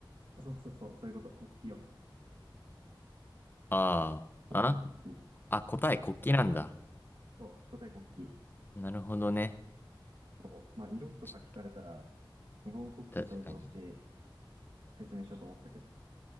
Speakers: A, on the right (about 75°); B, on the left (about 25°).
A: そうそうそう、そういうこと。国旗よ。
B: あー、
A: 答え国旗。
B: ああ、答え国旗なんだ。
A: そう、答え国旗。
B: なるほどね。
A: そう。まあ、色とか聞かれたら、
B: ち
A: 日本国旗想像して
B: 確かに。
A: 説明しようと思ってたけど。